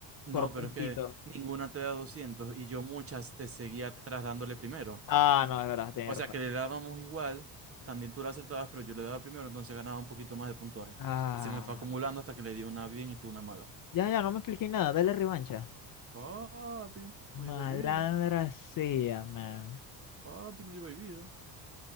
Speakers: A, on the right; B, on the left.
A: No,
B: por
A: pero
B: puntito.
A: es que ninguna te da 200 y yo muchas te seguía atrás dándole primero.
B: Ah, no, es verdad, tienes
A: O sea
B: razón.
A: que le dábamos igual, también tú la acertabas, pero yo le daba primero, entonces ganaba un poquito más de puntuaje.
B: Ah.
A: Y se me fue acumulando hasta que le di una bien y tú una mala.
B: Ya, ya, no me expliqué nada. Dale revancha.
A: Papi,
B: Malandra
A: no lleváis vida.
B: sea, man.
A: Papi, no lleváis vida.